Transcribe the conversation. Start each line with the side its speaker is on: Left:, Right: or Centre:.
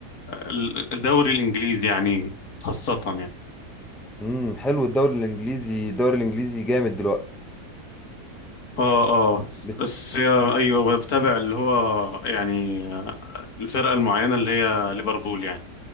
Left: ال- الدوري الإنجليزي يعني خاصة يعني
Centre: امم حلو الدوري الانجليزي الدوري الانجليزي جامد دلوقتي
Left: اه اه س-
Centre: بت...
Left: بس هي- أيوة بتابع اللي هو يعني آه، الفرقة المعينة اللي هي ليفربول يعني